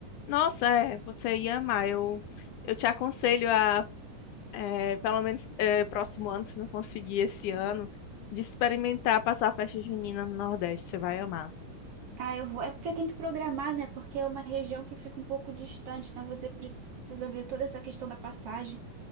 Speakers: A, on the left; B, on the right.
A: Nossa, é, você ia amar. Eu, eu te aconselho a, é, pelo menos é, próximo ano, se não conseguir esse ano, de experimentar passar a festa junina no Nordeste. Você vai amar.
B: Ah, eu vou. É porque tem que programar, né? Porque é uma região que fica um pouco distante, então você precisa ver toda essa questão da passagem